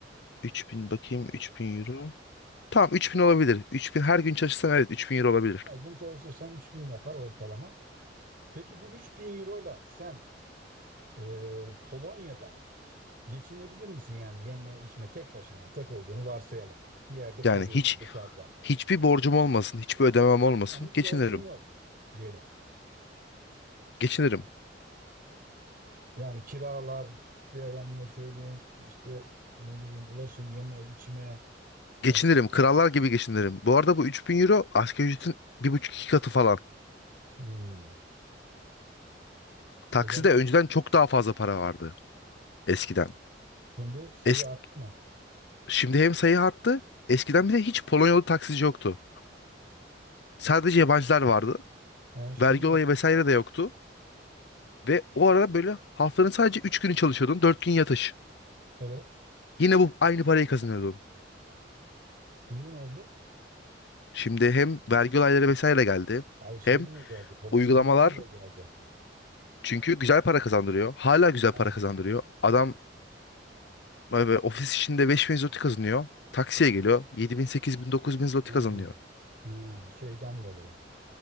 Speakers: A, on the left (about 65°); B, on the right (about 50°).
A: 3000 bakayım 3000 euro. Tamam 3000 olabilir. 3000 her gün çalışsam evet 3000 euro olabilir.
B: Aydın çalışırsan 3000 yapar ortalama. Peki bu 3000 ile sen Ee, Polonya'da geçinebilir misin yani yeme içme tek başına yani tek olduğunu varsayalım. Bir yerde
A: Yani
B: kalıyorsun
A: hiç
B: dışarıda.
A: hiçbir borcum olmasın, hiçbir ödemem olmasın.
B: Yani hiç
A: Geçinirim.
B: borcun yok diyelim.
A: Geçinirim.
B: Yani kiralar, efendime söyleyeyim işte ne bileyim ulaşım, yeme, içme
A: Geçinirim.
B: başka.
A: Krallar gibi geçinirim. Bu arada bu 3000 euro asgari ücretin bir buçuk iki katı falan.
B: Hmm.
A: Takside
B: O zaman
A: önceden çok daha fazla para vardı eskiden.
B: şimdi sayı
A: Es
B: arttı mı?
A: Şimdi hem sayı arttı. Eskiden bir de hiç Polonyalı taksici yoktu. Sadece yabancılar vardı.
B: Yani şimdi
A: Vergi
B: ne oldu?
A: olayı vesaire de yoktu. Ve o arada böyle haftanın sadece 3 günü çalışıyordun. dört gün yatış.
B: Evet.
A: Yine bu aynı parayı kazanıyordun.
B: Şimdi ne oldu?
A: Şimdi hem vergi olayları vesaire geldi.
B: Ay şey
A: Hem
B: niye geldi? Polonyalılar
A: uygulamalar
B: niye geldi?
A: çünkü güzel para kazandırıyor. Hala güzel
B: Ha,
A: para kazandırıyor. Adam e, ofis içinde 5000 zloty kazanıyor. Taksiye geliyor. yedi bin sekiz bin 8000, bin zloty
B: ha,
A: kazanıyor.
B: ha, şeyden dolayı.